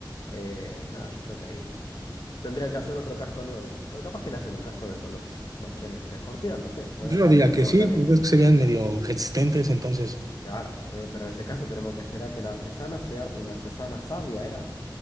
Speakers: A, on the left; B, on the right.
A: eh, nada, yo creo que ahí s- tendrían que hacer otro casco nuevo. O capaz que le hacen un casco de- con los materiales del escorpión, no sé, podría
B: Yo
A: ser
B: diría
A: de
B: que
A: mejor
B: sí,
A: calidad.
B: pues ves que se veían medio resistentes, entonces.
A: Claro, eh, pero en ese caso tenemos que esperar que la artesana sea una artesana sabia, ¿era?